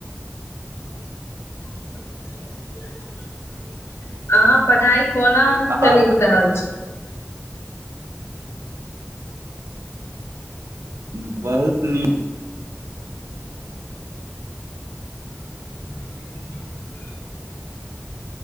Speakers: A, on the left; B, on the right.
A: <inaudible> अहाँ पढ़ाई कोना
B: आ
A: चलि रहल छी?
B: हूं बहुत नीक
A: <inaudible>